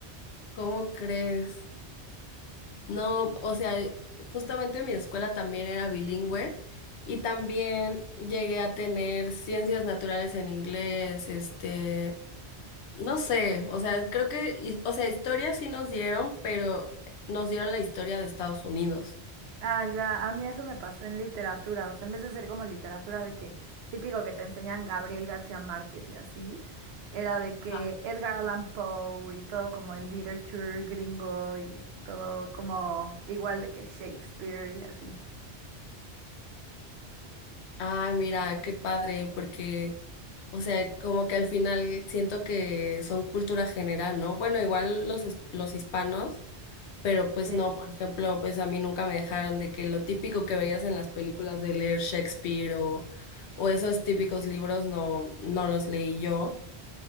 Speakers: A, on the left (about 80°); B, on the right (about 70°).
A: ¿Cómo crees? No, o sea, eh, justamente mi escuela también era bilingüe. Y también llegué a tener ciencias naturales en inglés, este, No sé, o sea, creo que, his- o sea, historia sí nos dieron, pero nos dieron la historia de Estados Unidos.
B: Ah, ya, a mí eso me pasó en literatura, o sea, en vez de ser como literatura de que típico que te enseñan Gabriel García Márquez y así, era de que
A: Ah,
B: Edgar Allan Poe y todo como el literature gringo y todo como igual de que Shakespeare y así.
A: Ay, mira, qué padre, porque, o sea, como que al final siento que son cultura general, ¿no? Bueno, igual los, es- los hispanos, pero pues
B: Sí,
A: no, por ejemplo, pues a mí nunca me dejaron de que lo típico que veías en las películas de leer Shakespeare o, o esos típicos libros no, no los leí yo.